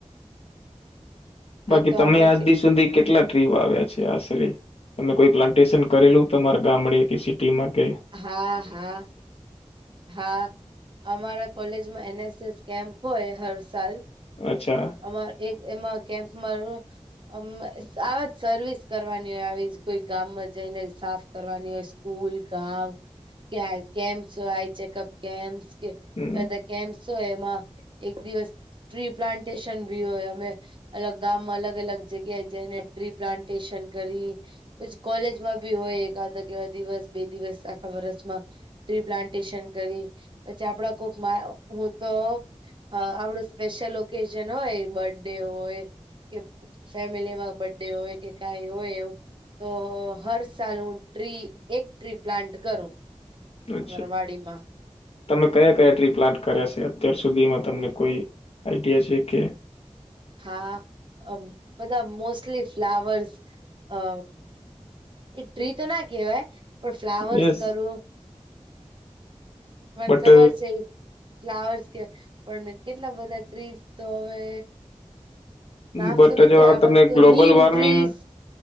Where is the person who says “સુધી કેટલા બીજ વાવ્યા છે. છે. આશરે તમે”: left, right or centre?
Left